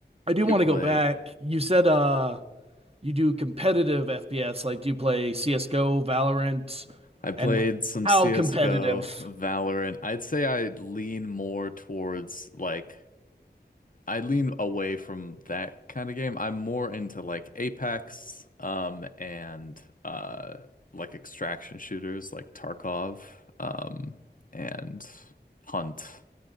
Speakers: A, on the right; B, on the left.
A: I do
B: You
A: want
B: play.
A: to go back. You said uh you do competitive FPS, like do you play CS:GO, Valorant,
B: I played
A: and
B: some
A: how
B: CSGO,
A: competitive?
B: Valorant. I'd say I lean more towards like I lean away from that kind of game. I'm more into like Apex, um, and uh like extraction shooters like Tarkov, um, and Hunt.